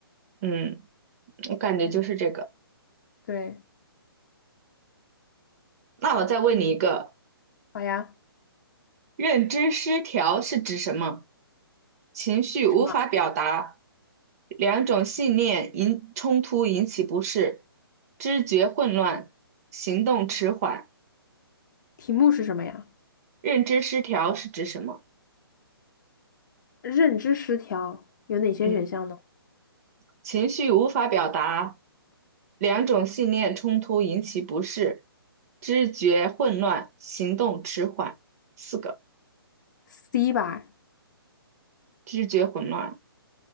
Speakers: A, on the right; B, on the left.
A: 嗯，我感觉就是这个。
B: 嗯，对，
A: 那我再问你一个，
B: 好呀。
A: 认知失调是指什么？情绪无法表达，
B: 什么？
A: 两种信念引冲突引起不适，知觉混乱，行动迟缓。
B: 题目是什么呀？
A: 认知失调是指什么？
B: 认知失调有哪些选项呢
A: 嗯。情绪无法表达，两种信念冲突引起不适，知觉混乱，行动迟缓。四个，
B: ？C 吧，
A: 知觉混乱。